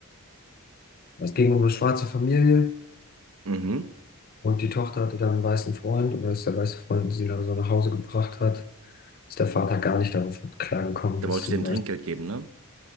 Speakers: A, on the left; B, on the right.
A: es ging um eine schwarze Familie
B: Mhm.
A: und die Tochter hatte dann einen weißen Freund und als der weiße Freund sie dann so nach Hause gebracht hat, ist der Vater gar nicht darauf klargekommen,
B: Der
A: dass
B: wollte
A: sie
B: dem
A: ein
B: Trinkgeld
A: weißer
B: geben, ne?